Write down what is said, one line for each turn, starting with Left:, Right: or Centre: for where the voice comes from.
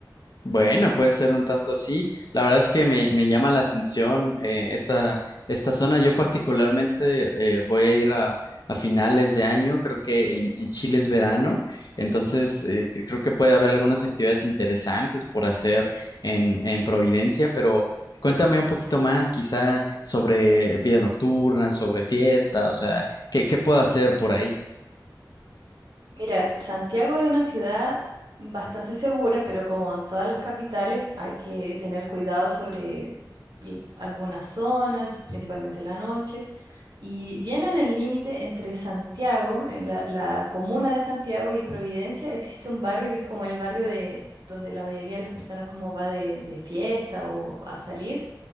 Left: Bueno, puede ser un tanto así. La verdad es que me, me llama la atención eh, esta, esta zona. Yo particularmente eh, voy a ir a, a finales de año, creo que en, en Chile es verano, entonces eh, cre- creo que puede haber algunas actividades interesantes por hacer en, en Providencia, pero cuéntame un poquito más quizá sobre vida nocturna, sobre fiesta, o sea, ¿qué, qué puedo hacer por ahí?
Right: Mira, Santiago es una ciudad bastante segura, pero como en todas las capitales, hay que tener cuidado sobre l- algunas zonas, principalmente en la noche. Y viene en el límite entre Santiago, en la, la comuna de Santiago y Providencia, existe un barrio que es como el barrio de donde la mayoría de las personas como va de, de fiesta o a salir